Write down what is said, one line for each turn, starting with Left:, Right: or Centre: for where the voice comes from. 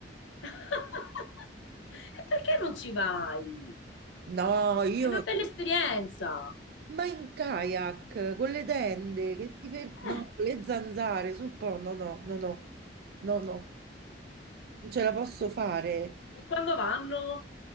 Left: <laughs> E perché non ci vai?
Right: No, io...
Left: È una bella esperienza!
Right: Ma in kayak, con le tende, che si fer- No,
Left: Eh,
Right: con le zanzare sul po', no, no, no, no, no, no, non ce la posso fare.
Left: e quando vanno?